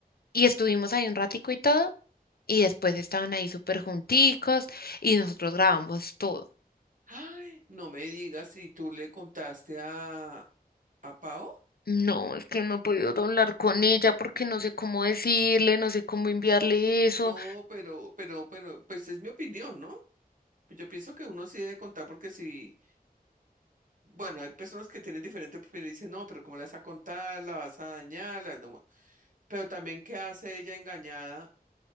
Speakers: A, on the left; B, on the right.
A: Y estuvimos ahí un ratico y todo. Y después estaban ahí súper junticos y nosotros grabamos todo.
B: Ay, no me digas si tú le contaste a, a Pao.
A: No, es que no he podido hablar con ella porque no sé cómo decirle, no sé cómo enviarle eso.
B: No, pero, pero, pero, pues es mi opinión, ¿no? Pues Yo pienso que uno sí debe contar porque si, bueno, hay personas que tienen diferente opinión y dicen, no, pero ¿cómo la vas a contar? ¿La vas a dañar? la- no". Pero también, ¿qué hace ella engañada?